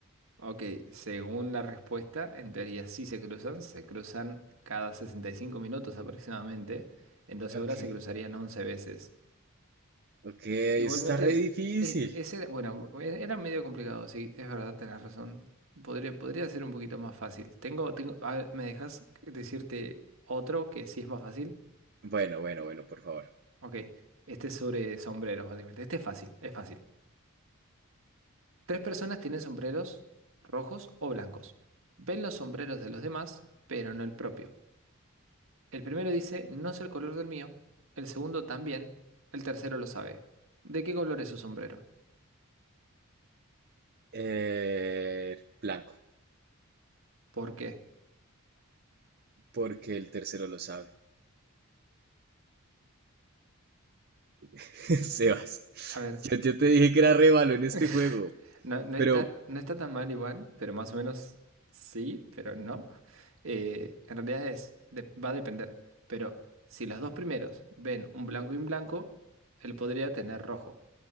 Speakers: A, on the right (about 65°); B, on the right (about 45°).
A: Ok, según la respuesta, en teoría sí se cruzan, se cruzan cada 65 minutos aproximadamente, en doce
B: Ok,
A: horas se cruzarían 11 veces.
B: ok, eso
A: Igualmente,
B: está re difícil.
A: e- ese, bueno, e- era medio complicado, sí, es verdad, tenés razón. Podría, podría ser un poquito más fácil. Tengo, tengo, a ver, ¿me dejas decirte otro que sí es más fácil?
B: Bueno, bueno, bueno, por favor.
A: Ok, este es sobre sombreros, básicamente. Este es fácil, es fácil. Tres personas tienen sombreros rojos o blancos. Ven los sombreros de los demás, pero no el propio. El primero dice, no sé el color del mío. El segundo también. El tercero lo sabe. ¿De qué color es su sombrero?
B: Eh, blanco,
A: ¿Por qué?
B: porque el tercero lo sabe. <laughs> Sebas,
A: A ver.
B: yo, yo te dije que era re malo en este
A: <laughs>
B: juego,
A: No, no
B: pero...
A: está, no está tan mal igual, pero más o menos sí, pero no. Eh, en realidad es, de- va a depender. Pero si los dos primeros ven un blanco y un blanco, él podría tener rojo.